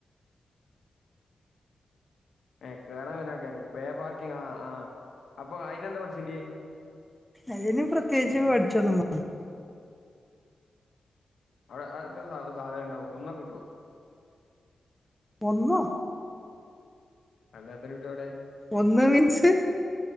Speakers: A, on the left; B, in the centre.
A: എഹ് കേറാൻ വരണ ആൾക്കാര് പേപാർകിംങ് ആഹ് ആഹ് അപ്പൊ അയിന് എന്താ പഠിച്ചണ്ടേ
B: അതിന് പ്രത്യേകിച്ച് പഠിച്ചൊന്നുംവേ
A: അവിടെ അതെത്ര സാല സാലറി ഇണ്ടാവും ഒന്നൊക്കൊ കിട്ടുവോ
B: ഒന്നോ
A: അല്ല എത്ര കിട്ടും അവിടെ
B: ഒന്ന് മീൻസ്